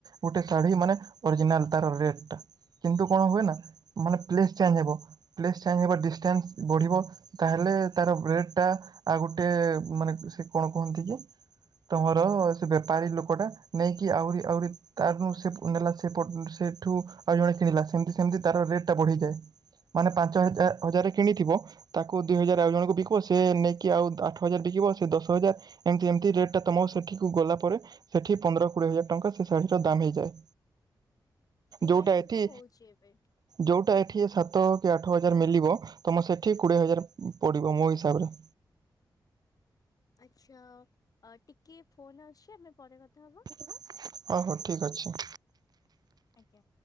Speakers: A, on the right; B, on the left.
A: ଗୋଟେ ଶାଢୀ ମାନେ ଅରିଜିନାଲ ତାର ରେଟ ଟା। କିନ୍ତୁ କଣ ହୁଏ ନା ମାନେ ପ୍ଲେସ୍ ଚେଞ୍ଜ ହେବ, ପ୍ଲେସ୍ ଚେଞ୍ଜ ହେବ, ଡିଷ୍ଟାନ୍ସ ବଢ଼ିବ, ତାହେଲେ ତାର ବ୍ରେଡ ଟା, ଆଉ ଗୋଟେ ମାନେ ସେ କଣ କୁହନ୍ତି କି ତମର ସେ ବେପାରୀ ଲୋକ ଟା ନେଇକି ଆହୁରି ଆହୁରି ତ ସେ ନେ ସେ <unintelligible> ସେଠୁ ଆଉ ଜଣେ କିଣିଲା, ସେମିତି ସେମିତି ତାର ରେଟ୍ ଟା ବଢିଯାଏ। ମାନେ ପାଞ୍ଚ ହଜାର ହଜାର କିଣିଥିବ ତାକୁ ଦୁଇ ହଜାର ଆଉ ଜଣଙ୍କୁ ବିକିବ, ସେ ନେଇକି ଆଉ ଆଠ ହଜାର ବିକିବ, ସେ ଦଶ ହଜାର ଏମିତି ଏମିତି ରେଟ ଟା ତମ ସେଠିକୁ ଗଲା ପରେ, ସେଠି ପନ୍ଦର କୋଡିଏ ହଜାର ଟଙ୍କା ସେ ଶାଢୀ ର ଦାମ ହେଇଯାଏ।
B: ସେଇଆ
A: ଯୋଉଟା
B: ହିଁ
A: ଏଠି
B: ତ ହଉଛି ଏବେ।
A: ଯୋଉଟା ଏଠି ସାତ କି ଆଠ ହଜାର ମିଳିବ, ତମ ସେଠି କୋଡ଼ିଏ ହଜାର ପଡ଼ିବ ମୋ ହିସାବରେ।
B: ଆଚ୍ଛା। ଟିକେ ଫୋନ ଆସୁଛି, ଆମେ ପରେ କଥା ହବା?
A: ହଉ, ହଉ, ଠିକ୍ ଅଛି।
B: ଆଜ୍ଞା।